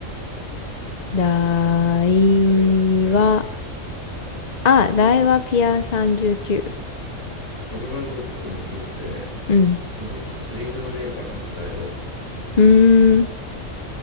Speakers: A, on the left; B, on the left.
A: だいわ、
B: ダイワピア39。
A: あ、大和ピア39。
B: このブランこのブランド結構面白くて、
A: うん。
B: もともと釣り具のメーカーなの、ダイワって。
A: うーん。